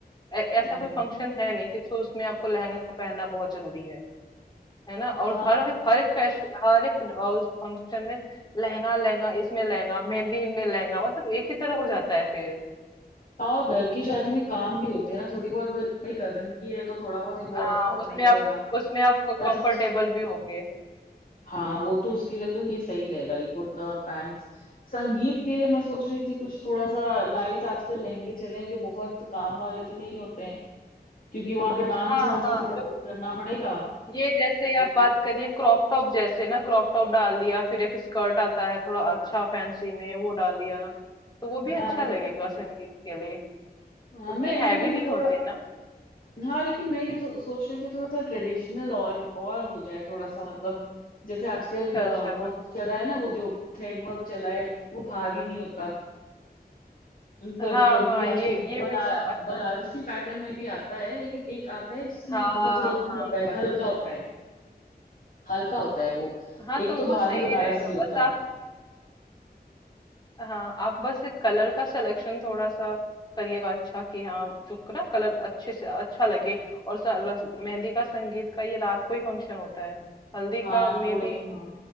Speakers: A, on the left (about 25°); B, on the left (about 55°).
A: ऐ- ऐसा
B: हम्म,
A: कोई फंक्शन है नहीं कि तो उसमें आपको लहंगा पहनना बहुत जरूरी है है ना और
B: हाँ
A: हर एक हर एक फैशन हर एक अ, उस फंक्शन में लहंगा लहंगा इसमें लहंगा मेहंदी में लहंगा मतलब एक ही तरह हो जाता है फिर
B: और घर की शादी में काम भी होते हैं ना थोड़ी बहुत घर भाई कजन की है तो थोड़ा बहुत इन्वॉल्व
A: हाँ
B: तो होना
A: उसमें
B: ही पड़ेगा
A: आप उसमें आप
B: दस
A: कंफर्टेबल भी होगे
B: हाँ वो तो उसके लिए तो ये सही रहेगा ये कुर्ता और पैंट्स संगीत के लिए मैं सोच रही थी कुछ थोड़ा सा लाइट आजकल लहंगे चले जो बहुत काम वाले तो नहीं होते हैं क्योंकि वहां पे डांस
A: हाँ
B: वांस
A: हाँ
B: भी थोड़ा बहुत
A: जो
B: करना पड़ेगा
A: ये जैसे
B: क्योंकि
A: आप बात करिए क्रॉप टॉप जैसे ना क्रॉप टॉप डाल दिया फिर एक स्कर्ट आता है थोड़ा अच्छा फैंसी में वो डाल दिया तो वो भी
B: हाँ
A: अच्छा
B: वैसे
A: लगेगा संगीत के लिए
B: हाँ मैं
A: उतनी
B: लेकिन
A: हैवी नहीं
B: मैं थोड़ा
A: होते ना
B: हाँ लेकिन मैं ये थो, सोच रही थी थोड़ा सा ट्रेडिशनल और और हो जाए थोड़ा सा मतलब जैसे आजकल
A: अच्छा अच्छा
B: वर्क
A: हाँ
B: चला है ना वो जो थ्रेड वर्क चला है वो भारी नहीं होता कभी
A: हाँ हाँ
B: कभी
A: ये
B: आजकल
A: ये
B: बना
A: भी ब- अच्छा
B: बनारसी पैटर्न में भी आता है लेकिन एक आता है जिसमें
A: हाँ
B: बहुत वर्क नहीं
A: हाँ
B: होता है
A: बनारसी
B: हल्का होता
A: पहन
B: है हल्का होता है वो
A: हाँ
B: एक
A: तो
B: तो
A: वो
B: भारी
A: सही
B: बनारसी
A: रहेगा
B: होता
A: बस
B: है
A: आप हाँ आप बस एक कलर का सिलेक्शन थोड़ा सा करिएगा अच्छा कि हाँ जो क- ना कलर अच्छे से अच्छा लगे और सा- रस- मेहंदी का संगीत का ये रात को ही फंक्शन होता है हल्दी
B: हाँ
A: का मे
B: थोड़ा
A: भी
B: सा हाँ